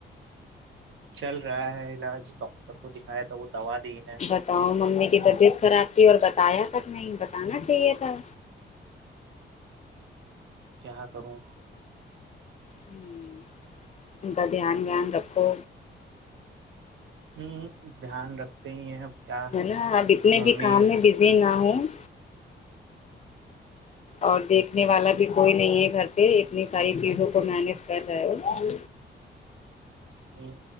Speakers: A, on the right (about 85°); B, on the left (about 35°).
A: چل رہا ہے علاج ڈاکٹر کو دکھایا تھا وہ دوا دی نے
B: بتاؤ ممی کی طبیعت خراب تھی اور بتایا تک نہیں بتانا چاہیے تھا
A: کیا کروں
B: ہاں ان کا دھیان وان رکھو
A: ہاں دھیان رکھتے ہی ہیں کیا
B: ہے نا اب اتنے
A: ممی
B: بھی کام میں بزی نہ ہوں اور دیکھنے والا بھی کوئی نہیں ہے گھر پہ اتنی ساری چیزوں کو مینیج کر رہے ہو
A: ہاں